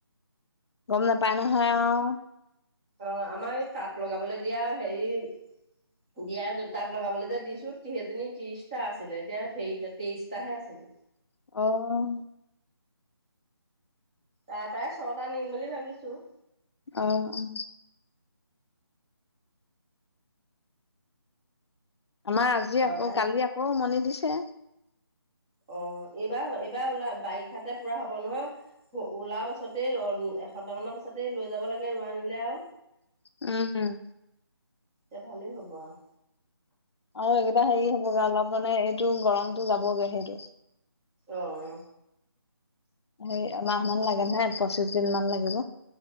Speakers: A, on the left; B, on the right.
A: গম নাপায় নহয় আও।
B: অ', আমাৰ এই তাঁত লগাবলৈ দিয়া হেৰি দিয়া <unintelligible> তাত লগাবলৈ যে দিছো টি সেইজনী ত্ৰিছটা আছিলে এতিয়া হেৰিতা তেইছটাহে আছেগে।
A: অহ'।
B: তাইপৰাই ছটা নিম বুলি ভাবিছোঁ।
A: অহ'উম। আমাৰ আজি
B: ছটা
A: আকৌ, কালি
B: নি
A: আকৌ, উমনি দিছে।
B: অ, এইবাৰ- এইবাৰ ওলা বাৰিষাতে পুৰা হ'ব নহয় ওলা পাছতেই এসপ্তাহ মানৰ পাছতেই লৈ যাব লাগে ৰোৱানিলে আৰু।
A: উম, <unintelligible>
B: এ ভালেই হ'ব আওঁ।
A: আৰু এইকেইটা হেৰি হ'বগে অলপ মানে এইটো গৰমতটো যাবগে সেইটো।
B: অঁ
A: সেই এমাহ মান লাগে নহয় পঁচিশ দিন মান লাগিব।